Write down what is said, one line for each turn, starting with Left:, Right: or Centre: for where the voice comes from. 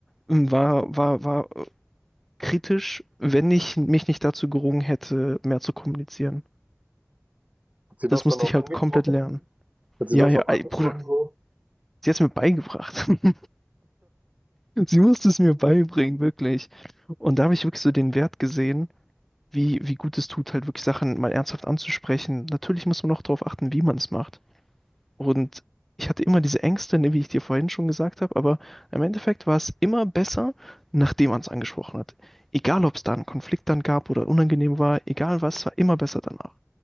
Centre: war, war, war äh, kritisch, wenn ich mich nicht dazu gerungen hätte, mehr zu kommunizieren.
Right: Hat sie
Centre: Das
Right: das dann
Centre: musste
Right: auch
Centre: ich halt
Right: angesprochen?
Centre: komplett lernen.
Right: Hat sie
Centre: Ja,
Right: das
Centre: ja,
Right: auch
Centre: ey,
Right: angesprochen
Centre: Bruder,
Right: so?
Centre: sie hat es mir beigebracht. <laughs> Sie musste es mir beibringen, wirklich. Und da habe ich wirklich so den Wert gesehen, wie, wie gut es tut, halt wirklich Sachen mal ernsthaft anzusprechen. Natürlich muss man auch darauf achten, wie man es macht. Und ich hatte immer diese Ängste, ne, wie ich dir vorhin schon gesagt habe, aber im Endeffekt war es immer besser, nachdem man es angesprochen hat. Egal, ob es da einen Konflikt dann gab oder unangenehm war, egal was, war immer besser danach.